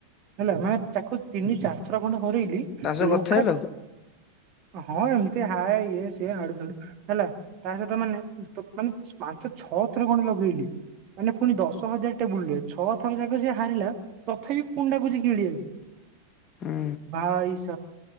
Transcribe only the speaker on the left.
ତା ସହ
କଥା ହେଲ?
ହୁଁ